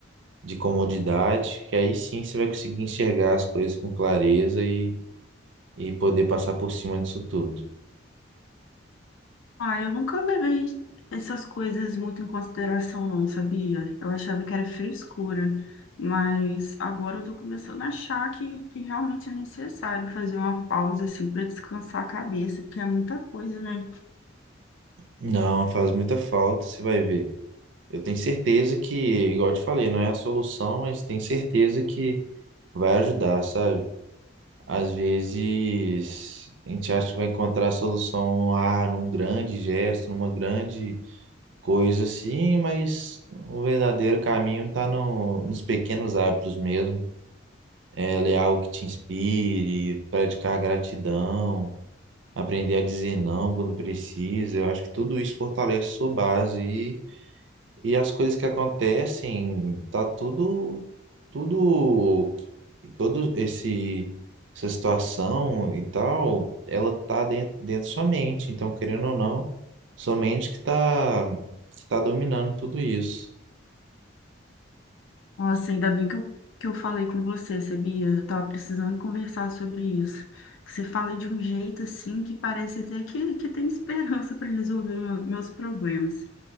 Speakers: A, on the right; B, on the left.
A: de comodidade, que aí sim você vai conseguir enxergar as coisas com clareza e, e poder passar por cima disso tudo.
B: Ah, eu nunca levei essas coisas muito em consideração, não, sabia? Eu achava que era frescura, mas agora eu tô começando a achar que, que realmente é necessário fazer uma pausa, assim, para descansar a cabeça, porque é muita coisa, né?
A: Não, faz muita falta, você vai ver. Eu tenho certeza que, igual eu te falei, não é a solução, mas tenho certeza que vai ajudar, sabe? Às vezes a gente acha que vai encontrar a solução ah, num grande gesto, numa grande coisa assim, mas o verdadeiro caminho está no, nos pequenos hábitos mesmo. É ler algo que te inspire, praticar gratidão, aprender a dizer não quando precisa. Eu acho que tudo isso fortalece sua base E as coisas que acontecem, tá tudo, tudo, todo esse, essa situação e tal, ela tá dentro, dentro da sua mente. Então, querendo ou não, sua mente que tá, que tá dominando tudo isso.
B: Nossa, ainda bem que eu, que eu falei com você, sabia? Eu tava precisando conversar sobre isso. Que Você fala de um jeito, assim, que parece até que, que tem esperança para resolver meu- meus problemas.